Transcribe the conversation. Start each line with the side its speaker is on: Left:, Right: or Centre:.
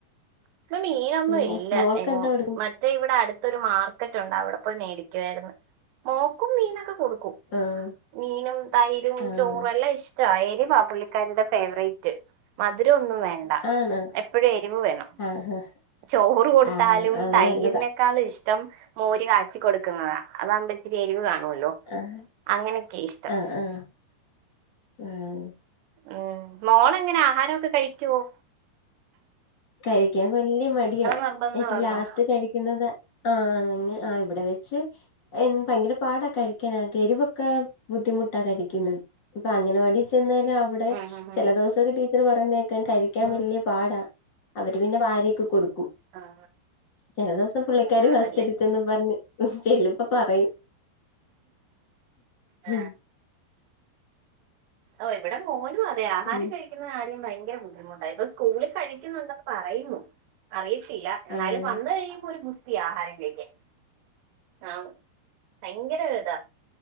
Right: ഇന്ന് മീനൊന്നുവില്ല
Left: പിന്നെ മോൾക്കെന്താ
Right: എങ്ങും
Left: കൊടുക്കും
Right: മറ്റേ ഇവിടെ അട് ത്തോരു മാർക്കറ്റൊണ്ട് അവിടെ പോയി മേടിക്കുവാര്ന്ന് മോക്കും മീനൊക്കെ കൊടുക്കും
Left: ആഹ്
Right: മീനും തൈരും
Left: ആഹ്
Right: ചോറും എല്ലാം ഇഷ് ചായരിവാപുള്ളിക്കാരീടെ ഫേവറേറ്റ് മധുരോ ന്നും വേണ്ട
Left: ആണോ
Right: എപ്പഴും എരിവ് വേണം
Left: ആഹ്
Right: ചോറ് കൊടുത്താലും
Left: ആഹ് അത്
Right: തൈരിനെക്കാളും
Left: നല്ലതാ
Right: ഇഷ്ടം മോര് കാച്ചി കൊടുക്കുന്നതാ അതാവുമ്പോ ഇച്ചിരി എരിവ് കാ ണുല്ലോ
Left: ആഹ്
Right: അങ്ങനെക്കെ ഇഷ്ടം
Left: ആഹ് ആഹ് ആഹ്
Right: ഉം മോളെങ്ങന ആഹാരോക്കെ കയിക്കുവോ
Left: കഴിക്കാൻ വല്യ മടിയാ
Right: നിർബന്ധമാണോ
Left: എറ്റൊലാസ്റ്റ് കഴിക്ക്ന്നത് ആഹ് അനങ്ങ് ആഹ് ഇവിടെ വെച്ച് ഭയങ്കര പാടാ കഴിക്കാനെക്കെ എരിവെക്കെ ബുദ്ധി മുട്ട കഴിക്കുന്നത് ഇപ്പോ അംഗനവാടി ചെന്നാ അവിടെ
Right: ഉം ഉം
Left: ചെലദോവസൊക്കെ
Right: ഉം
Left: ടീച്ചർ പറയുന്നത് കേക്കാം കഴിക്കാൻ
Right: ഉം
Left: വല്യ പാടാ അവര് പിന്നെ വാരി ക്ക് കൊടുക്കും
Right: ആ
Left: ചെല ദേവസം പുള്ളികാരി
Right: ആണല്ലേ
Left: ഫസ്‌റ്റ്ടിച്ചെന്നും പറഞ്ഞ് ചെല്ലും ഇപ്പ പറയും
Right: ആ
Left: ഉം
Right: ഓ ഇവിടെ മോനുവതെ ആഹാരം
Left: പിന്നെ
Right: കഴിക്കുന്ന കാര്യം ബൈ ഭയങ്കര ബുദ്ധിമുട്ടായി ഇപ്പം സ്കൂളിൽ കഴിക്കുന്നുണ്ടന്ന് പറയുന്നു അറി ത്തില്ല എന്നാലും
Left: ആഹ്
Right: വന്ന് കഴിയുമ്പോ ഒരു ഗുസ്തിയ ആഹാരം കഴിക്കാൻ ആണ് ഭയങ്കരോരുതാ